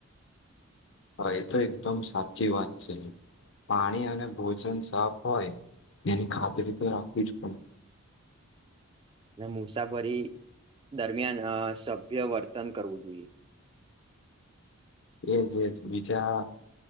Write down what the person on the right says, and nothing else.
અને મુસાફરી દરમિયાન સભ્ય વર્તન કરવું જોઈએ. <inaudible>